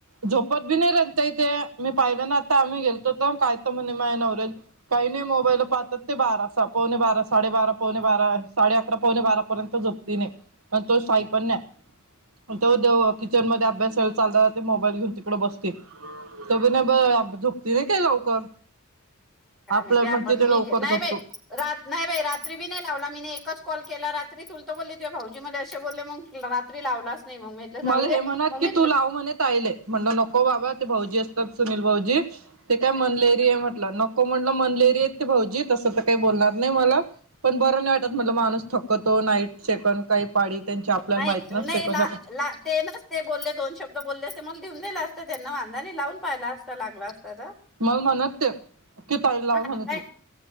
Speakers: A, on the right; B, in the centre.
A: झोपत बी नाही रता इथे मी पाहिलं ना आता आम्ही गेलतोत काय तर म्हणे मा नवरे मोबाईल पाहतात ते बारा पवणे बारा साडेबारा पवणे
B: काय
A: बारा साडे अकरा पावणे बारा पर्यत झोपती नाही तो साई पण नाही त दे किचन मध्ये अभ्यास चालता चाल घेऊन तिकडे बसती त बी नाही ब झोपती नाही का लवकर
B: काय
A: आपल्याला
B: नाही
A: म्हणते
B: आपण
A: ते
B: मी
A: लवकर
B: नाही
A: झोपतो
B: बाई नाही बाई रात्री बी नाही लावला मी एकच कॉल केला रात्रीत बोलली ते भाऊजी मला असे बोलले मग रात्री लावला चं नाही मग म्हटलं
A: मला
B: जाऊ दे
A: हे म्हणत
B: मग म्हटलं
A: की तू लाव म्हणे ताईला म्हणलो नको बाबा ते भाऊजी असतात सुनील भाऊजी ते काय मनलेरिया म्हट नको म्हटलं मनलेरी येत ते भाऊजी तसं तर काही बोलणार नाही मला पण बर नाही वाटत म्हट माणूस थकू थकतो नाईट सेकंड काही पाळी त्यांची आपल्याला
B: नाही
A: माहित नसते
B: नाही
A: कशा
B: ला
A: पा
B: ला ते नच ते बोलले दोन शब्द बोलले असते मग लऊन दिले असते त्यांना वांधाणी लावून पाहियला असं लागला अस <inaudible>
A: मग म्हणत ते की ताईला लाव
B: हा
A: म्हणे
B: नाही
A: तू